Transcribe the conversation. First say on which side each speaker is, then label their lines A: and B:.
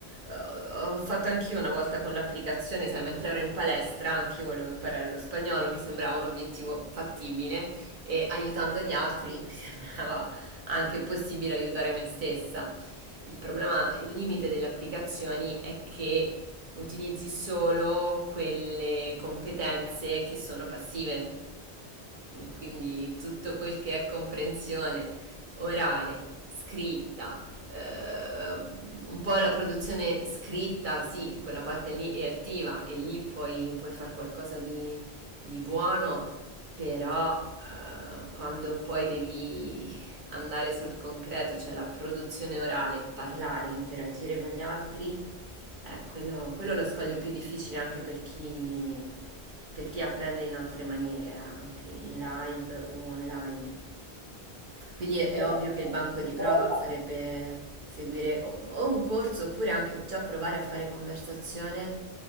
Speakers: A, on the right (about 50°); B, on the right (about 20°).
A: eh, ho fatto anch'io una volta con l'applicazione, sai, mentre ero in palestra anche io volevo imparare lo spagnolo, mi sembrava un obiettivo fattibile e aiutando gli altri <laughs> mi sembrava anche possibile aiutare me stessa. Il problema, il limite delle applicazioni è che utilizzi solo quelle competenze che sono passive. Quindi tutto quel che è comprensione orale, scritta, eh, un po' la produzione scritta, sì, quella parte lì è attiva e lì puoi, puoi fare qualcosa di, di buono, però eh, quando poi devi andare sul concreto, cioè la produzione orale, parlare, interagire con gli altri, eh, quello, quello è lo scoglio più difficile anche per chi, per chi apprende in altre maniere, eh, anche in live o online. Quindi è, è
B: Pensa
A: ovvio
B: che
A: che il banco
B: mia
A: di prova
B: sorella,
A: sarebbe seguire o, o un corso oppure anche già provare a fare conversazione